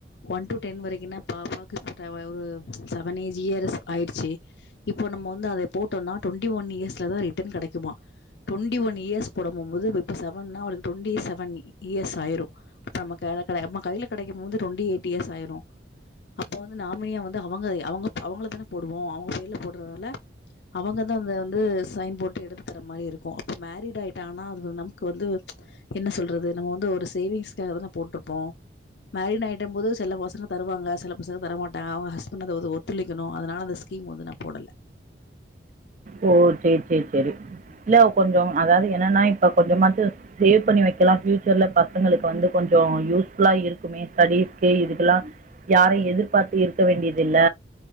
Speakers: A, on the left; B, on the right.
A: ஒன் டு டென் வரைக்குனா பாபாக்கு ஒரு செவன் ஏஜ் இயர்ஸ் ஆயிடுச்சு இப்போ நம்ம வந்து அத போட்டோனா டுவெண்டி ஒன் இயர்ஸ்லதா ரிட்டன் கெடைக்குமா டொண்டி ஒன் இயர்ஸ் போட போம்போது இப்ப இப்ப செவன் னா அவளுக் டொண்டி செவன்டி இயர்ஸ் ஆயிரு நம்ம கடைல கெடைக்கம்மா கைல கெடைக்கு போது டுவெண்டி எயிட் இயர்ஸ் ஆயிரும் அப்ப வந்து நாமினியா வந் த அவங்க அவங்க அவங்கள தானே போடுவோ அவங்க பெயர்ல போடுறனால அவங்கதா அந்த வந்து சைன் போட்டு எடுத்து தரற மாரி இருக்கோ அப்ப மேரிட் ஆகிட்டா ஆனா அது நமக்கு வந்து என்ன சொல்றது நம்ம வந்து ஒரு சேவிங்ஸ்காக தான போட்ருப்போ மேரிட் ஆயிட்டபோது சில பசங்க தருவாங்க சில பசங்க தரமாட்டாங்க அவங்க ஹஸ்ப் பன்னது வது ஒத்துழைக்கணு அதனால அந்த ஸ்கீம் நா போடல
B: ஓ சேரி சேரி சேரி இல்ல கொஞ்சோ அதாது என்னன்னா இப்ப கொஞ்சமாச்சு சேவ் பண்ணி வைக்கலா ஃபியூச்சர்ல பசங்களுக்கு வந்து கொஞ்சோ யூஸ்ஃபுல்லா இருக்குமே ஸ்டடிஸ்கு இதுக்கெல்லா யாரையு எதிர்பாத்து இருக்க வேண்டியதில்ல